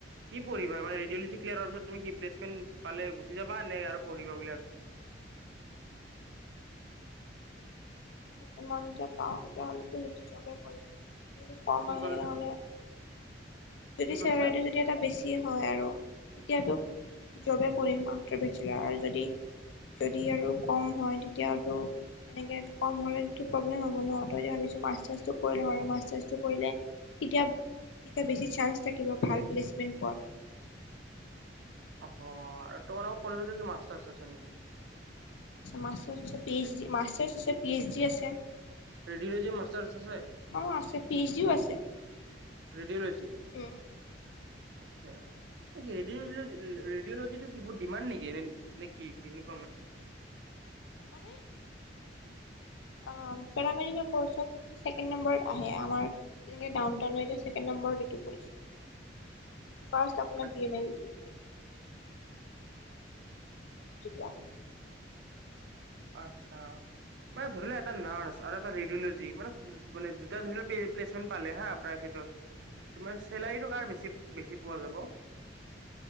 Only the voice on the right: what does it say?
কি পঢ়িবা
মানে ৰেডিঅলজি ক্লিয়াৰ পিছত তুমি কি প্লেচমেন্ট পালে গুচি যাবা নে আৰু পঢ়িবা বুলি ভাবিছা?
কি
কল
কি
কৈছা?
অ, তোমালোকৰ কলেজতে কি মাষ্টাৰ আছে নেকি?
ৰেডিঅ'লজি মাষ্টাৰ্ছ আছে
ৰেডিঅলজি,
আচ্ছা। ন কি ৰেডঅ, ৰেডিঅ'লজিটো কি বহুত ডিমাণ্ড নেকি এনে নে কি কেনেকুৱা মানে?
আচ্ছা
আত্ছা। মানে ধৰি লোৱা এটা নাৰ্চ আৰু এটা ৰেডিঅ'লজি মানে মানে দুটা ধৰি প্লেচমেন্ট পালে হা প্ৰাইভেটত তোমাৰ চেলাৰীটো কাৰ বেছি বেছি পোৱা যাব?